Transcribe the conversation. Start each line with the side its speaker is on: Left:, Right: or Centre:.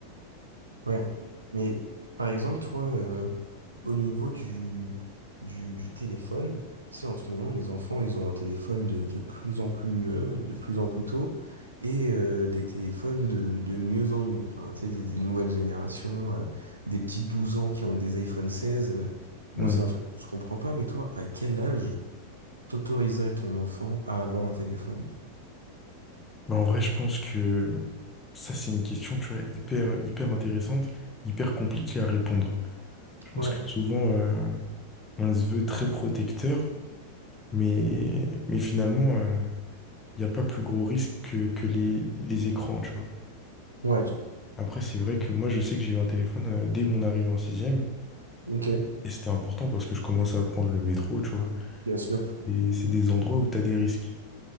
Right: Ouais. Mais par exemple, toi, euh, au niveau du, du, du téléphone, tu sais, en ce moment, les enfants, ils ont un téléphone de, de plus en plus, euh, de plus en plus tôt et euh, des téléphones de, de mieux en mieux. Enfin, tu sais, des, des nouvelles générations, euh, des petits 12 ans qui ont des iPhone 16. euh, moi,
Left: Hmm.
Right: c'est un truc que je comprends pas, mais toi, à quel âge t'autoriserais ton enfant à avoir un téléphone?
Left: Bah, en vrai, je pense que ça, c'est une question, tu vois, hyper, hyper intéressante, hyper compliquée à répondre. Je pense
Right: Ouais,
Left: que souvent, euh, on se veut très protecteur, mais, mais finalement, euh, il n'y a pas plus gros risque que, que les, les écrans, tu vois.
Right: ouais,
Left: Après, c'est vrai que moi, je sais que j'ai eu un téléphone euh, dès mon arrivée en sixième.
Right: ok,
Left: Et c'était important parce que je commençais à prendre le métro, tu vois.
Right: bien sûr,
Left: Et c'est des endroits où tu as des risques.